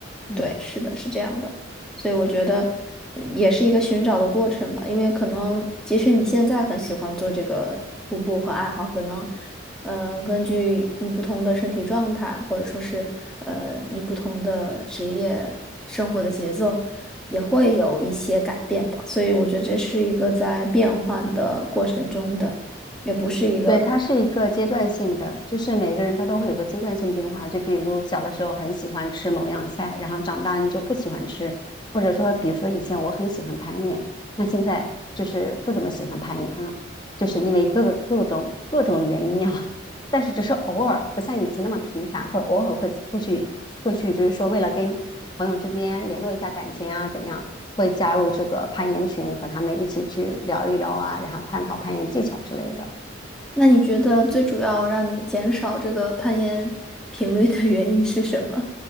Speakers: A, on the left; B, in the centre.
A: 嗯。
B: 对，是的，是这样的，所以我觉得嗯也是一个寻找的过程吧，因为可能即使你现在很喜欢做这个徒步和爱好，可能，嗯、呃根据你不同的身体状态，或者说是呃你不同的职业生活的节奏，也会有一些改变吧，所以我觉得这是一个在变换的过程中的，也不是一个。
A: 对，它是一个阶段性的，就是每个人他都会有个阶段性变化。就比如小的时候很喜欢吃某样菜，然后长大你就不喜欢吃，或者说，比如说以前我很喜欢攀岩，那现在就是不怎么喜欢攀岩了，就是因为各个各种各种原因啊。<laughs> 但是只是偶尔，不像以前那么频繁，会偶尔会会去会去，就是说为了跟朋友之间联络一下感情啊，怎样，会加入这个攀岩群，和他们一起去聊一聊啊，然后探讨攀岩技巧之类的。
B: 那你觉得最主要让你减少这个攀岩频率的原因是什么？